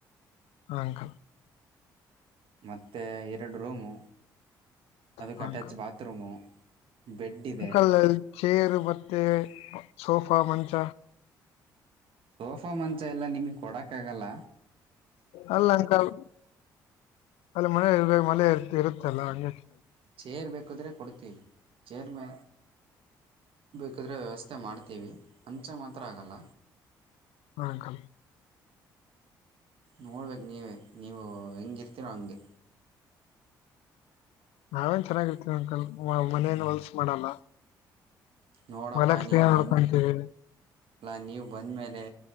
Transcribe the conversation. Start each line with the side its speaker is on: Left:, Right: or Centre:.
Left: ಹಾಂಕಲ್
Right: ಮತ್ತೆ ಎರಡ್ ರೂಮು ಅದಕ್
Left: ಹಾ
Right: ಅಟ್ಯಾಚ್
Left: ಅಂಕಲ್
Right: ಬಾತ್ರೂಮು ಬೆಡ್ ಇದೆ
Left: ಅಂಕಲ್ ಚೇರ್ ಮತ್ತೆ ಸೋಫಾ ಮಂಚ.
Right: ಸೋಫಾ ಮಂಚ ಎಲ್ಲಾ ನಿಮಗ್ ಕೊಡಕ್ ಆಗಲ್ಲ.
Left: ಅಲ್ಲ ಅಂಕಲ್ ಅಲ್ಲಿ ಮಳೆ ಇರ್ಬೇಕ ಮಳೆ ಇರ್ ಇರುತ್ತ ಅಲ್ಲ ಹಂಗಾಗಿ.
Right: ಚೇರ್ ಬೇಕಾದ್ರೆ ಕೊಡ್ತೀವಿ ಚೇರ್ ಮ ಬೇಕಾದ್ರೆ ವ್ಯವಸ್ಥೆ ಮಾಡ್ ತೀವಿ ಮುಂಚ ಮಾತ್ರ ಆಗಲ್ಲ.
Left: ಹಾ ಅಂಕಲ್.
Right: ನೋಡ್ಬೇಕು ನೀವೆ ನೀವು ಹೆಂಗಿರ್ತೀರೋ ಹಂಗೆ.
Left: ನಾವೇನ್ ಚೆನ್ನಾಗಿರ್ತೀವಿ ಅಂಕಲ್ ಮನೇನ್ ಹೊಲ್ಸ ಮಾಡಲ್ಲ.
Right: ನೋಡಪ್ಪ
Left: <unintelligible>
Right: ನೀವು
Left: ನಡ್ಕೊಂತಿವಿ
Right: ಬಂದು ಅಲ್ಲ ನೀವ್ ಬಂದಮೇಲೆ